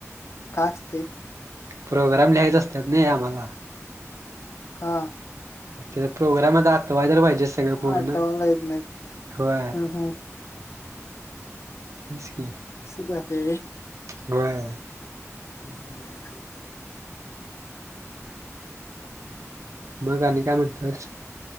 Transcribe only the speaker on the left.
आस्ते.
हा
आठवाला येत नाही
हम् हम्
सुधा देवी
<inaudible>